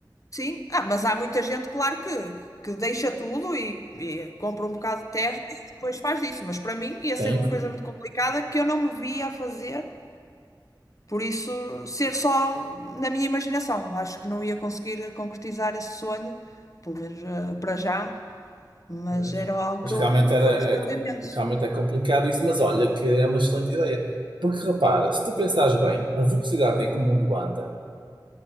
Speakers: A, on the left (about 45°); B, on the right (about 80°).
A: Sim, ah, mas há muita gente, claro, que, que deixa tudo e, e compra um bocado de terra e depois faz disso. Mas para mim ia ser
B: Sim,
A: uma coisa muito complicada que eu não me via a fazer, por isso ser só na minha imaginação. Acho que não ia conseguir concretizar esse sonho, pelo menos eh, para já, mas
B: pois.
A: era algo
B: Mas
A: que
B: realmente
A: eu,
B: era,
A: que
B: é,
A: eu gostava
B: com-
A: imenso.
B: realmente é complicado isso, mas olha que é uma excelente ideia. Porque repara, se tu pensares bem, a velocidade em que o mundo anda,